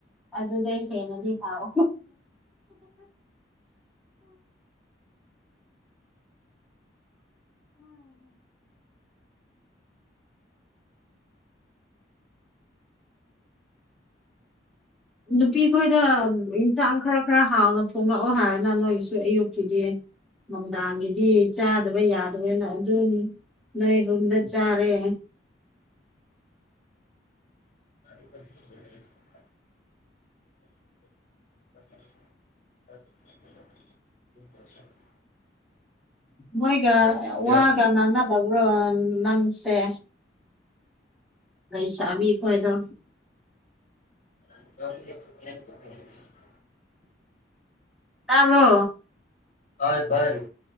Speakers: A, in the centre; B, on the left.
A: ꯑꯗꯨꯗꯩ ꯍꯦꯟꯅꯗꯤ ꯊꯥꯛꯑꯣ ꯅꯨꯄꯤꯈꯣꯏꯗ ꯌꯦꯟꯁꯥꯡ ꯈꯔ ꯈꯔ ꯍꯥꯎꯅ ꯍꯣꯡꯂꯛꯑꯣ ꯍꯥꯏꯔꯅ ꯅꯣꯏꯒꯤꯁꯨ ꯑꯌꯨꯛꯀꯤꯗꯤ ꯅꯨꯡꯗꯥꯡꯒꯤꯗꯤ ꯆꯥꯗꯕ ꯌꯥꯗꯕꯅ ꯑꯗꯨꯝ ꯅꯣꯏ ꯔꯨꯗ ꯆꯥꯔꯦ
B: ꯑ <inaudible>
A: ꯃꯣꯏꯒ
B: ꯌꯥꯝ
A: ꯋꯥꯒ
B: ꯌꯥꯝ
A: ꯅꯅꯥꯗꯕ꯭ꯔꯣ ꯅꯪꯁꯦ ꯑꯩꯁꯥꯃꯤ ꯈꯣꯏꯗ
B: <inaudible>
A: ꯇꯥꯕ꯭ꯔꯣ
B: ꯑ ꯐꯔ